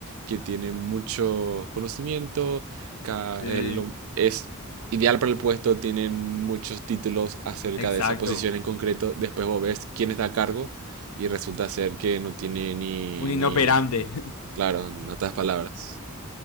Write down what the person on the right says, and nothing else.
que tiene mucho conocimiento, ca-
el lo- es ideal para el puesto, tienen muchos títulos acerca
de esa posición en concreto, después vos ves quién está a cargo y resulta ser que no tiene ni,
ni, claro, en otras palabras,